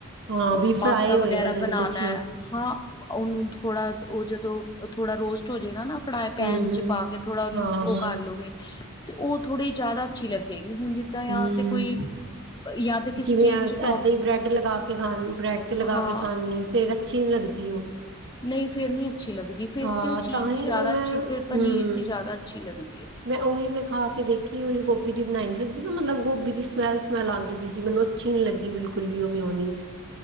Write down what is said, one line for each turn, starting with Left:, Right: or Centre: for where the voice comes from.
Right: ਹਾਂ
Left: ਅ
Right: ਵੀ
Left: ਪਾਸਤਾ
Right: ਫਰਾਈ
Left: ਵਗੈਰਾ
Right: ਹੋਏਗਾ ਜਦੋਂ
Left: ਬਨਾਨਣਾ
Right: ਕੁਛ ਨਾ
Left: ਹੈ ਹਾਂ। ਉਹਨੂੰ ਥੋੜਾ ਉਹ ਜਦੋਂ ਥੋੜਾ ਰੋਸਟ ਹੋ ਜਾਏਗਾ ਨਾ ਪੜ੍ਹਾਆ ਪੈਨ
Right: ਹੂੰ-ਹੂੰ
Left: ਚ ਪਾ ਕੇ ਥੋੜਾ ਉਹਨੂੰ
Right: ਹਾਂ-ਹਾਂ
Left: ਉਹ ਕਰ ਲਓਗੇ ਤੇ ਉਹ ਥੋੜੀ ਜ਼ਿਆਦਾ ਅੱਛੀ ਲੱਗੇਗੀ। ਹੁਣ ਜਿੱਦਾਂ ਜਾਂ
Right: ਹੂੰ
Left: ਤੇ ਕੋਈ ਜਾਂ ਤੇ ਕਿਸੇ
Right: ਜਿਵੇਂ
Left: ਚੀਜ਼
Right: ਏਦਾਂ
Left: ਚ ਟੋਪ
Right: ਹੀ ਬ੍ਰੈਡ ਲਗਾ ਕੇ ਖਾ ਬ੍ਰੈਡ ਤੇ ਲਗਾ
Left: ਹਾਂ
Right: ਕੇ ਖਾਣੀ ਹੈ ਫੇਰ ਅੱਛੀ ਨੀ ਲੱਗਦੀ ਉਹ
Left: ਨਹੀਂ ਫੇਰਨੀ ਅੱਛੀ ਲੱਗਦੀ ਫੇਰ
Right: ਹਾਂ
Left: ਤੇ ਉਹ ਚੀਜ਼
Right: ਤਾਂ ਹੀ
Left: ਜ਼ਿਆਦਾ
Right: ਉਹ ਮੈਂ
Left: ਅੱ ਫਿਰ ਪਨੀਰ
Right: ਹੂੰ
Left: ਦੀ ਜ਼ਿਆਦਾ ਅੱਛੀ ਲੱਗਦੀ। ਹੈ
Right: ਮੈਂ ਉਹੀ ਮੈਂ ਖਾ ਦੇਖੀ ਉਹੀ ਗੋਭੀ ਦੀ ਬਣਾਈ ਸੀ ਮਤਲਬ ਗੋਭੀ ਦੀ ਸਮੈਲ-ਸਮੈਲ ਆਉਂਦੀ ਪਈ ਸੀ ਮੈਨੂੰ ਅੱਛੀ ਨੀ ਲੱਗੀ ਉਹ ਮੇਉਣੀਅਸ